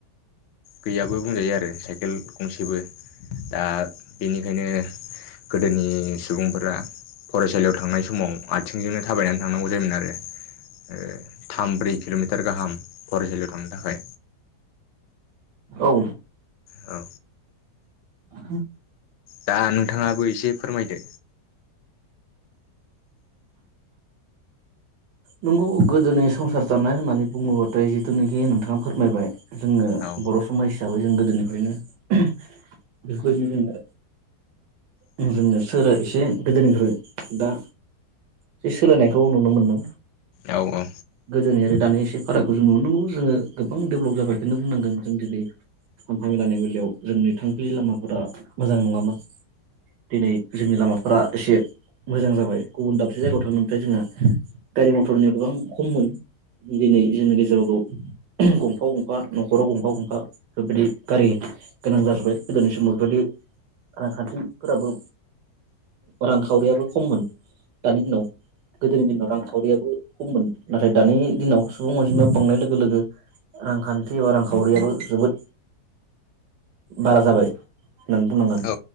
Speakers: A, on the left; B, on the right.
A: गैयाबो बुंजायो आरो साइकेल गंसेबो दा बेनिखायनो गोदोनि सुबुंफोरा फरायसालियाव थांनाय समाव आथिंजोंनो थाबायनानै थांनांगौ जायोमोन आरो। ओ थाम ब्रै किल'मिटार गाहाम फरायसालियाव थांनो थाखाय।
B: औ।
A: औ।
B: औ।
A: दा नोंथाङाबो एसे फोरमायदो।
B: नोंगौ गोदोनि संसार जानाय होननानै बुङोबाथाय जिथुनाखि नोंथाङा फोरमायबाय। जोङो
A: औ
B: बर' समाज हिसाबै जों गोदोनिफ्रायनो बेफोरबायदिनो जोङो जोनो सोरो एसे गोदोनिख्रुइ दा बे सोलायनायखौ नुनो मोनो।
A: औ औ
B: गोदोनि आरो दानाय एसे फारागखौ जों नुनो मोनो जोङो गोबां डेभेलप जाबायखौनो बुंनांगोन जों दिनै हान्था मेलानि बेलायाव जोंनि थांफिलि लामाफोरा मोजां नङामोन। दिनै जोंनि लामाफोरा एसे मोजां जाबाय गुबुन दाबसे जायगायाव थांनायनिथाय जोंहा। गारि- मथरनि गोबां खममोन दिनै जोंनि गेजेरावबो गंफा -गंफा न'खराव गंफा- गंफा बेफोरबायदि गारि गोनां जाजोब्बाय गोदोनि समाव बेफोरबायदि रांखान्थिफोराबो। रांखावरियाबो खममोन दानि दिनाव गोदोनि दिनाव रांखावरि खावरियाबो खममोन नाथाय दानि दिनाव सुबुं अनजिमा बांनाय लोगो -लोगो रांखान्थि एबा रांखावरियाबो जोबोद बारा जाबाय। होननानै बुंनांगोन
A: औ